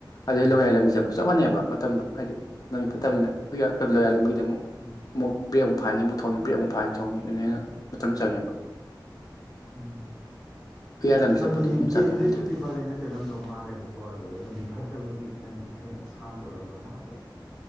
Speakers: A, on the left; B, in the centre.
A: ꯑꯗꯨꯗꯩ
B: ꯎꯝ
A: ꯂꯒꯥꯏꯔꯝꯃꯤ ꯆꯠꯄ ꯆꯞ ꯃꯥꯟꯅꯩꯕ ꯃꯇꯝꯗꯣ ꯍꯥꯏꯗꯤ ꯂꯝꯕꯤ ꯐꯠꯇꯃꯤꯅ
B: ꯍꯣꯏ ꯍꯣꯏ
A: ꯎꯌꯥ ꯈꯣꯏ ꯂꯣꯌꯥꯜꯂꯝꯒꯤꯗꯤ ꯑꯃꯨꯛ
B: ꯎꯝ
A: ꯕꯦ ꯑꯃꯨꯛ ꯐꯅꯤ ꯑꯃꯨꯛ ꯊꯧꯅꯤ ꯕ꯭ꯔꯦꯛ ꯑꯃꯨꯛ ꯐꯥꯏꯅꯤ ꯊꯧꯅꯤ ꯑꯗꯨꯅꯦꯅ ꯃꯇꯝ ꯆꯪꯉꯦꯕ
B: ꯎꯝ
A: ꯎꯌꯥꯟ ꯂꯝꯕꯤ ꯆꯠꯄꯗꯣ
B: ꯂꯝꯗꯤ
A: ꯑꯗꯨꯝ ꯆꯪꯉꯦꯕ
B: ꯇꯦꯟꯗꯣꯏꯕꯨꯗꯤ
A: ꯃꯤꯅꯤꯠ
B: ꯄꯜꯂꯦ ꯅꯠꯇꯦ ꯆꯠꯂꯝꯗꯧ ꯃꯥꯜꯂꯦꯕꯀꯣ ꯑꯗꯨꯗ ꯂꯝꯕꯤ ꯐꯠꯇꯕꯒꯤ ꯈꯤꯇꯪꯦꯡ ꯁꯥꯡꯕ ꯑꯣꯏꯔꯝꯗꯧ ꯃꯥꯜꯂꯦ